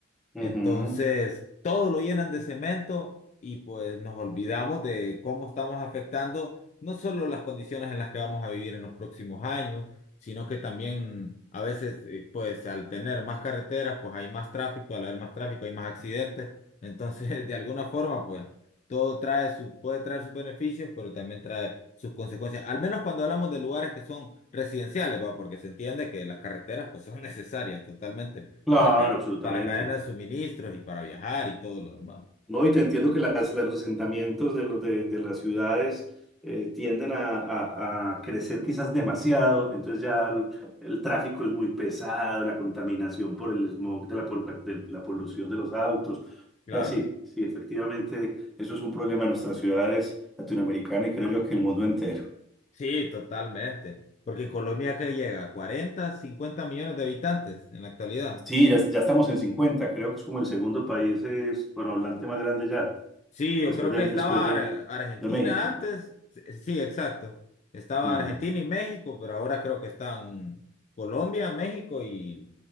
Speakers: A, in the centre; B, on the left.
A: Ujú.
B: Entonces, todo lo llenan de cemento y pues nos olvidamos de cómo estamos afectando no solo las condiciones en las que vamos a vivir en los próximos años, sino que también a veces, eh, pues al tener más carreteras, pues hay más tráfico, al haber más tráfico hay más accidentes. Entonces, <laughs> de alguna forma, pues todo trae su, puede traer sus beneficios, pero también trae sus consecuencias. Al menos cuando hablamos de lugares que son residenciales, ¿va? Porque se entiende que las carreteras pues son <laughs> necesarias totalmente
A: Claro,
B: para, la ca-
A: absolutamente.
B: para la cadena de suministros y para viajar y todo lo demás.
A: No, y te entiendo que las- la- los asentamientos de, los, de, de las ciudades eh, tienden a, a- a crecer quizás demasiado, entonces ya el, el tráfico es muy pesado, la contaminación por el smog de la, pol- la- de la polución de los autos.
B: Claro,
A: O sea, sí, sí, efectivamente, eso es un problema de nuestras ciudades latinoamericanas y creo yo que el mundo entero.
B: sí, totalmente. Porque Colombia que llega a 40, 50 millones de habitantes en la actualidad.
A: Sí, ya, ya estamos en 50, creo que es como el segundo país es, bueno, hablante más grande ya,
B: Sí, yo
A: después
B: creo
A: de,
B: que
A: después
B: estaba
A: de,
B: Ar- Argentina
A: de México.
B: antes. Sí, sí, exacto. Estaba
A: Mm.
B: Argentina y México, pero ahora creo que están Colombia, México y,